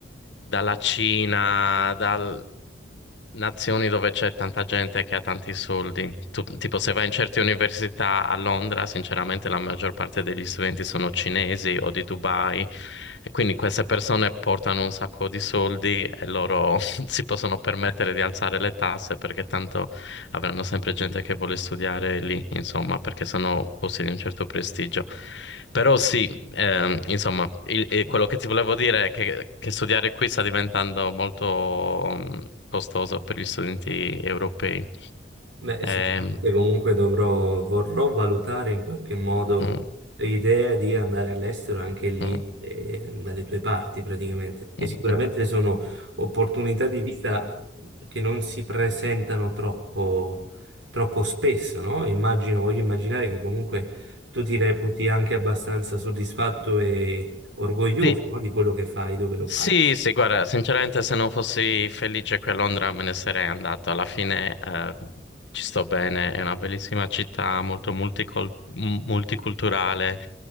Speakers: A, on the left; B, on the right.
A: dalla Cina, dal- nazioni dove c'è tanta gente che ha tanti soldi. Tu- tipo, se vai in certe università a Londra, sinceramente la maggior parte degli studenti sono cinesi o di Dubai, e quindi queste persone portano un sacco di soldi e loro <laughs> si possono permettere di alzare le tasse perché tanto avranno sempre gente che vuole studiare lì, insomma, perché sono posti di un certo prestigio. Però sì, Ehm, insomma, il- e quello che ti volevo dire è che, che studiare qui sta diventando molto mm, costoso per gli studenti europei.
B: Beh,
A: Ehm,
B: sicuramente comunque dovrò, vorrò valutare in qualche modo
A: mm,
B: l'idea di andare all'estero anche lì,
A: mm,
B: eh, dalle tue parti praticamente, perché
A: mm,
B: sicuramente
A: mm.
B: sono opportunità di vita che non si presentano troppo, troppo spesso, no? Immagino, voglio immaginare che comunque tu ti reputi anche abbastanza soddisfatto e orgoglioso,
A: Sì,
B: no, Di quello che fai, dove lo fai.
A: Sì, sì, guarda, sinceramente se non fossi felice qui a Londra me ne sarei andato. Alla fine eh, ci sto bene, è una bellissima città, molto multicol- m- multiculturale,